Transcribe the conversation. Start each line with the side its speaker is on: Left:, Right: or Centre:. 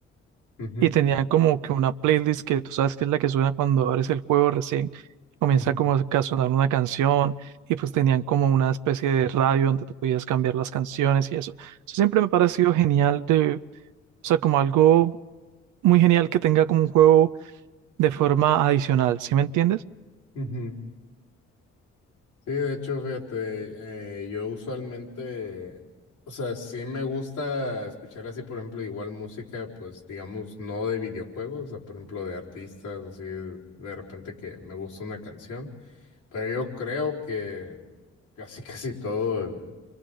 Left: ujú,
Right: y tenía como que una playlist que tú sabes que es la que suena cuando abres el juego recién, comienza
Left: ujú,
Right: como a sonar una canción y pues tenían como una especie de radio donde tú podías cambiar las canciones y eso. Eso siempre me ha parecido genial de, o sea, como algo muy genial que tenga como un juego de forma adicional, ¿sí me entiendes?
Left: ujú. Sí, de hecho, fíjate, eh, yo usualmente, o sea, sí me gusta escuchar así, por ejemplo, igual música, pues digamos, no de videojuegos, o sea, por ejemplo, de artistas, así, de de repente que me gusta una canción, pero yo creo que casi, <laughs> casi todo el,